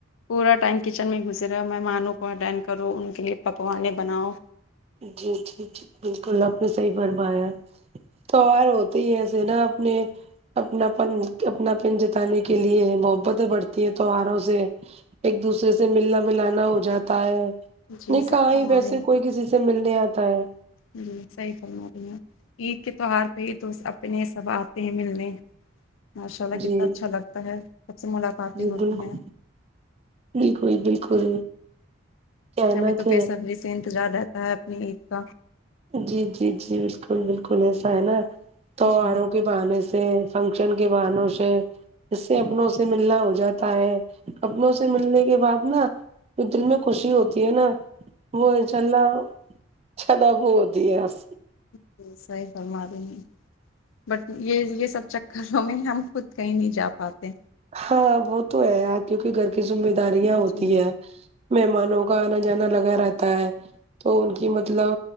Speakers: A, on the left; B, on the right.
A: پورا ٹائم کچن میں گھسے رہا مہمانوں کو اٹینڈ کرو ان کے لیے پکوانے بناؤ
B: جی جی جی بالکل اپ نے صحیح فرمایا تو اور ہوتے ہی ہے سنا اپ نے اپنا پن اپنا پن جتانے کے لیے محبتیں بڑھتی ہیں تواروں سے ایک دوسرے سے ملنا ملانا ہو جاتا ہے
A: جی
B: نہ
A: صحیح
B: کہا
A: فرما
B: ہی ویسے
A: رہے
B: کوئی کسی سے ملنے اتا ہے
A: ہمم صحیح فرما رہی ہے اپ عید کے توہار پہ ہی تو اپنے سب اتے ہیں ملنے ماشاء اللہ کتنا
B: جی
A: اچھا لگتا ہے سب سے ملاقاتیں
B: جی
A: ہوتی
B: بالکل
A: ہیں
B: بالکل بالکل کیا ہے
A: ہمیں
B: نا
A: تو
B: کہ
A: بے صبری سے انتظار رہتا ہے اپنی عید کا
B: جی جی جی بالکل بالکل ایسا ہے نا تو
A: جی
B: ہارو کے بہانے سے فنکشن کے بہانوں سے اس سے اپنوں سے ملنا ہو جاتا ہے اپنوں سے ملنے کے بعد نا جو دل میں خوشی ہوتی ہے نا وہ انشاء اللہ ہوتی ہے اس
A: جی صحیح فرمائے رہی ہے بٹ یہ یہ سب چکروں میں ہم خود کہیں نہیں جا پاتے
B: ہاں وہ تو ہے کیوکہ گھر کی ذمہ داریاں ہوتی
A: جی
B: ہے مہمانوں کا انا جانا لگا رہتا ہے تو ان کی مطلب